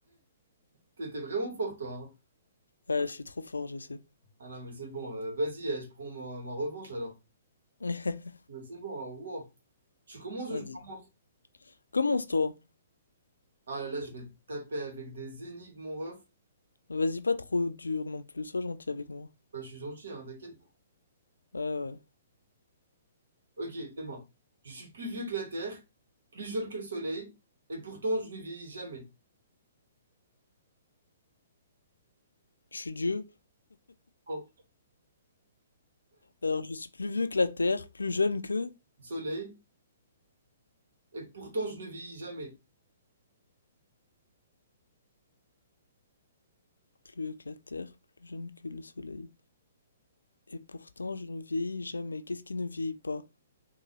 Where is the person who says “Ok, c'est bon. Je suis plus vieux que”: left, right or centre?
Right